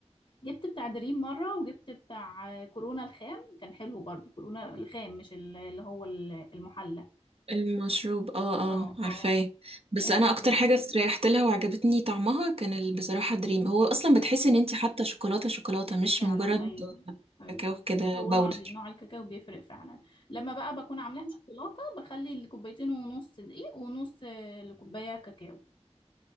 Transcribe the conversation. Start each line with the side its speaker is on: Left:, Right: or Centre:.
Left: جبت بتاع دريم مرة وجبت بتاع آه، كورونا الخام كان حلو برضو كورونا الخام مش ال- اللي هو ال- المحلى
Right: المشروب اه اه
Left: اه
Right: عارفاه
Left: اه
Right: بس
Left: آه،
Right: انا اكتر حاجة استريحت لها وعجبتني طعمها كان ال- بصراحة دريم هو اصلا بتحسي
Left: آه،
Right: ان انتي حاطة شوكولاتة شوكولاتة مش
Left: فعلا
Right: مجرد
Left: أيوه أيوه
Right: كاكاو كده
Left: هو
Right: باودر
Left: نوع نوع الكاكاو بيفرق فعلا لما بقى بكون عاملاها شوكولاتة بخلي الكوبايتين ونص دقيق ونص آه، الكوباية كاكاو